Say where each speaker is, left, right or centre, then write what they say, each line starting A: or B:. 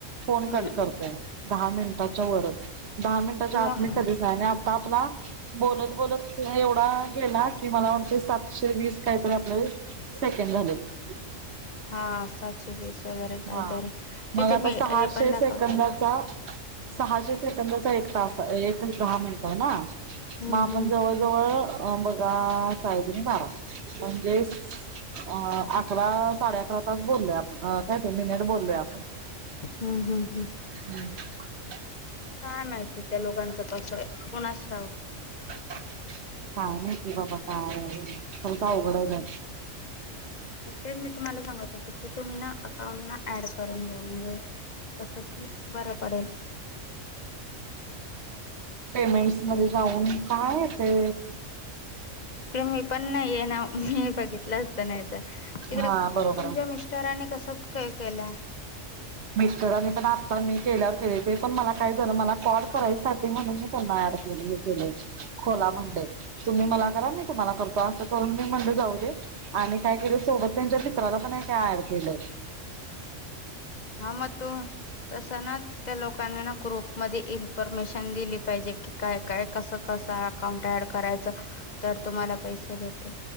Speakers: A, on the right; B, on the left.
A: फोन
B: हम्म
A: कट करतोय दहा मिनटाच्या वरच, दहा मिनीटाच्या
B: मग
A: आत मी कधीच नाही आता आपला बोलत बोलत <unintelligible> एवढा गेला कि मला वाटतंय, सातशे वीस काहीतरी आपले सेकंड झालेत.
B: हा सातशे वीस वगैरे
A: हा
B: काहीतरी,
A: मग
B: तिथे
A: आता
B: मी
A: सहाशे
B: हे पण
A: सेकंदाचा
B: दाखवता ना.
A: सहाशे सेकंदचा एक तास हा एक दहा मिनट हाय ना,
B: हम्म
A: मग आपण
B: हम्म
A: जवळ जवळ बघा साहे दुनी बारा. म्हणजेच अ अकरा साडे अकरा तास बोललोय आपण अ काय ते मिनीट बोललोय आपण.
B: हू हू हू.
A: हम् <inaudible>
B: काय माहिती त्या लोकांच, कसय कोणास ठावुक?
A: काय माहीती बाबा? काय समजाय अवघड हाय
B: मग तेच मी तुम्हाला सांगत होते. की तुम्ही ना, अकाउंट ना ऍड करून द्या म्हणजे कसं की बरं पडेल.
A: पेमेंट्स मधे जाऊन काय आहे ते
B: काय मी पण नाही ये ना. मी बघितलं असत, नाही तर तिकडे
A: हा बरोबर
B: तुमच्या
A: आहे
B: मिस्टरांनी कसं केलंय?
A: मिस्टरांनी पण आत्ता मी केल्यावर केलय, ते पण मला काय झालं, मला कॉल करायसाठी म्हणून मी त्यांना ॲड केलय. केलय, खोला म्हणतय तुम्ही मला करा, मी तुम्हाला करतो, असं करून मी म्हणलं जाऊ दे. आणि काय केलोय, सोबत त्यांच्या मित्राला पण एका ॲड केलं.
B: हा म तो तस ना. त्या लोकांनी ना ग्रुपमध्ये इन्फरमेशन दिली पाहिजे, की काय काय कसं कसं अकाउंट ऍड करायच, तर तुम्हाला पैसे भेटेल.